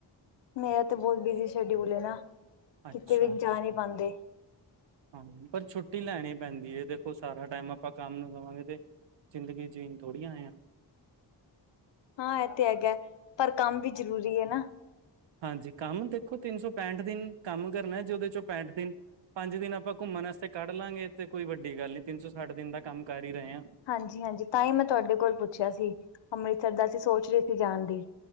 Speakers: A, on the left; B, on the right.
A: ਮੇਰਾ ਤਾਂ ਬਹੁਤ ਬਿਜੀ ਸ਼ਡਿਊਲ ਹੈ ਨਾ, ਕਿਤੇ
B: ਅੱਛਾ-ਅੱਛਾ
A: ਵੀ ਜਾ ਨਹੀਂ ਪਾਉਂਦੇ।
B: ਹਾਂ, ਪਰ ਛੁੱਟੀ ਲੈਣੀ ਪੈਂਦੀ ਹੈ ਦੇਖੋ ਸਾਰਾ ਟਾਈਮ ਆਪਾਂ ਕੰਮ ਨੂੰ ਦੇਵਾਂਗੇ ਤੇ ਜ਼ਿੰਦਗੀ ਜੀਨ ਥੋੜ੍ਹੀ ਆਏ ਆਂ।
A: ਹਾਂ, ਐਹ ਤੇ ਹੈਗਾ, ਪਰ ਕੰਮ ਵੀ ਜ਼ਰੂਰੀ ਏ ਨਾ।
B: ਹਾਂਜੀ, ਕੰਮ ਦੇਖੋ ਤਿੰਨ ਸੌ ਪੈਂਹਠ ਦਿਨ ਕੰਮ ਕਰਨਾ, ਜੇ ਓਹਦੇ ਚੋਂ ਪੈਂਹਠ ਦਿਨ ਪੰਜ ਦਿਨ ਆਪਾਂ ਘੁੰਮਣ ਵਾਸਤੇ ਕੱਢ ਲਵਾਂਗੇ ਤੇ ਕੋਈ ਵੱਡੀ ਗੱਲ ਨੀ, ਤਿੰਨ ਸੌ ਸੱਠ ਦਿਨ ਦਾ ਕੰਮ ਕਰ ਹੀ ਰਹੇ ਆਂ।
A: ਹਾਂਜੀ ਹਾਂਜੀ, ਤਾਂਹੀ ਮੈਂ ਤੁਹਾਡੇ ਕੋਲ ਪੁੱਛਿਆ ਸੀ ਅੰਮ੍ਰਿਤਸਰ ਦਾ ਅਸੀਂ ਸੋਚ ਰਹੇ ਸੀ ਜਾਣ ਦਾ।